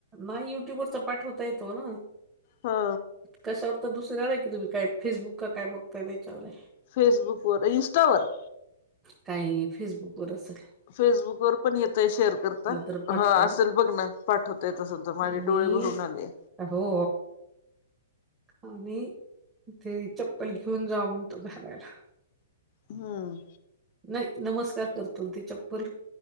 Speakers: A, on the right (about 20°); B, on the left (about 50°).
A: नाही युट्युबरच पाठवता येतो ना.
B: हा.
A: कशावर तर दुसऱ्यावर की हाय तुम्ही काय फेसबुक का काय बघताय त्याच्यावरय.
B: फेसबुक वर इन्स्टावर.
A: काहीही फेसबुक वर असल?
B: फेसबुक वर पण येतय शेअर करता.
A: तर पाठवल
B: हा असेल बघ ना पाठवता येत असल तर माझे
A: आणि
B: डोळे भरून आले.
A: हो. आणी ते चप्पल घेऊन जावा म्हणतो घालायला.
B: हम्म.
A: नाही नमस्कार करतो ती चप्पल